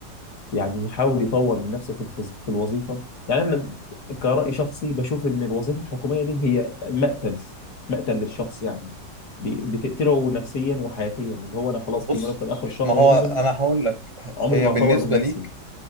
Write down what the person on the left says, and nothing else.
يعني يحاول يطور من نفسه في الفز- في الوظيفه يعني انا كرأي شخصي بشوف ان الوظيفه الحكوميه دي هي مقتل مقتل للشخص يعني بي- بتقتله نفسيا وحياتيا اللي هو انا خلاص
في مرتب اخر الشهر
هينزل
عمري
ما
هطور من نفسي